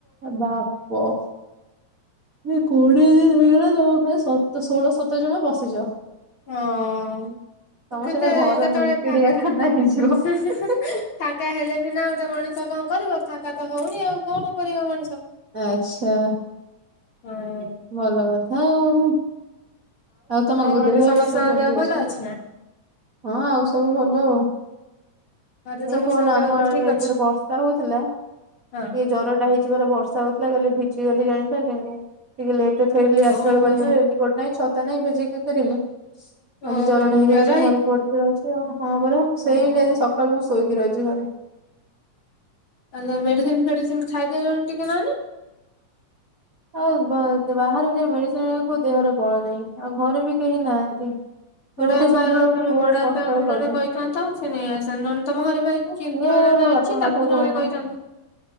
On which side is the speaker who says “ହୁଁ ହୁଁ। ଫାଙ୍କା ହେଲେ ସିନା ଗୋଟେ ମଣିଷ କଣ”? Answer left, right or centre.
Left